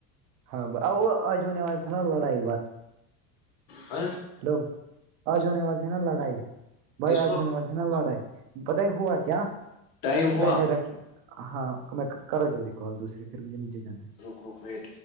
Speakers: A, on the right; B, on the left.
A: ہاں وہ آج ہونے والے تھے نا لڑائی ب
B: ا
A: ہیلو آج ہونے والے تھے نا لڑائی بھائی
B: کس کو
A: آج ہونے والے لاڑاائی پت ہی ہوا کیا
B: ٹائم ہوا
A: میں نے رکھے ہاں میں کرو جلدی کال دوسری پھر مجھے نیچے جانا ہے
B: رک رک ویٹ